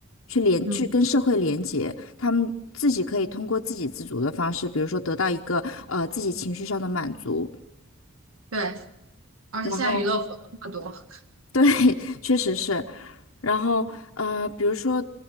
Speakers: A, on the left; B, on the right.
A: 去连去跟社会连接，
B: 嗯。
A: 她们自己可以通过自给自足的方式，比如说得到一个呃自己情绪上的满足，
B: 对，而且现在娱乐活动那么多，
A: 然后对，<laughs> 确实是，然后呃，比如说